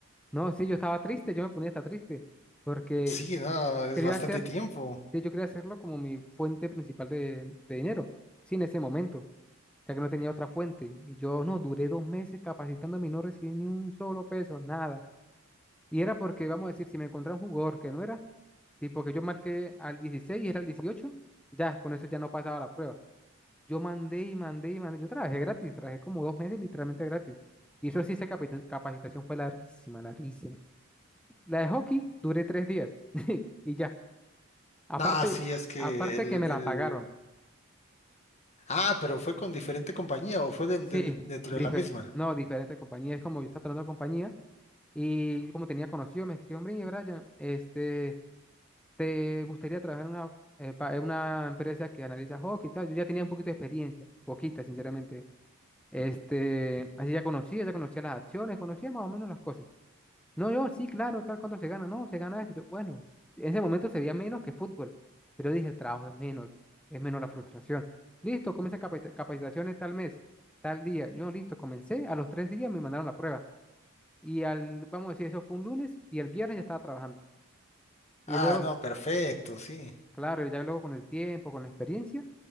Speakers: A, in the centre; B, on the left (about 30°).
A: No, sí, yo estaba triste, yo me ponía hasta triste, porque
B: Sí, no, es
A: quería
B: bastante
A: hacer,
B: tiempo.
A: sí, yo quería hacerlo como mi fuente principal de, de dinero, sí, en ese momento, ya que no tenía otra fuente. Y yo no, duré dos meses capacitándome y no recibí ni un solo peso, nada. Y era porque, vamos a decir, si me encontraba un jugador que no era, tipo que yo marqué al 16 y era el 18, ya, con eso ya no pasaba la prueba. Yo mandé y mandé y mandé. Yo trabajé gratis, trabajé como dos meses literalmente gratis. Y eso sí, esa capita- capacitación fue larguísima, larguísima. La de hockey duré tres días <laughs> y ya. Aparte,
B: No, sí, es que
A: aparte
B: el,
A: que me
B: el...
A: la pagaron.
B: Ah, pero fue con diferente compañía o fue de- de-
A: Sí,
B: dentro
A: dife-
B: de la misma.
A: no, diferente compañía. Es como yo estaba trabajando en compañía y yo como tenía conocido, me escribió, hombre, Brian, este, ¿te gustaría trabajar en una, eh, pa- en una empresa que analiza hockey y tal? Yo ya tenía un poquito de experiencia, poquita, sinceramente. Este, así ya conocía, ya conocía las acciones, conocía más o menos las cosas. No, yo, sí, claro, tal cuánto se gana, no, se gana esto. Yo, bueno, en ese momento se veía menos que fútbol, pero dije, el trabajo es menos, es menos la frustración. Listo, comencé capacita- capacitaciones tal mes, tal día. Yo, listo, comencé, a los tres días me mandaron la prueba. Y al, vamos a decir, eso fue un lunes y el viernes ya estaba trabajando. Y
B: Ah,
A: luego,
B: no, perfecto, sí.
A: claro, ya luego con el tiempo, con la experiencia,